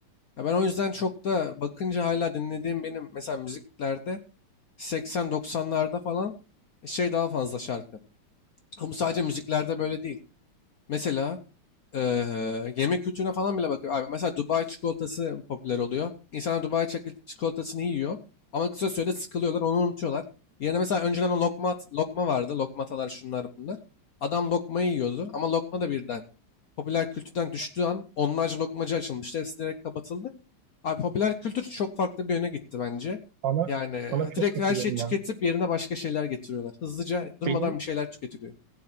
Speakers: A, on the left; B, on the right.
A: Ya ben o yüzden çok da bakınca hala dinlediğim benim mesela müziklerde 80-90'larda falan e, şey daha fazla şarkı. Ama sadece müziklerde böyle değil. Mesela eee, yemek kültürüne falan bile bakıyor. Abi, mesela Dubai çikolatası popüler oluyor. İnsanlar Dubai çik- çikolatasını yiyor ama kısa sürede sıkılıyorlar, onu unutuyorlar. Yerine mesela önceden o lokma, at- lokma vardı. Lokmatalar şunlar bunlar. Adam lokmayı yiyordu ama lokma da birden popüler kültürden düştüğü an onlarca lokmacı açılmıştı. Hepsi direkt kapatıldı. Abi popüler kültür çok farklı bir yöne gitti bence.
B: Sana,
A: Yani e,
B: sana çok
A: direkt
B: katılıyorum
A: her şeyi tüketip
B: ya.
A: yerine başka şeyler getiriyorlar. Hızlıca durmadan
B: Benim
A: bir şeyler tüketiliyor.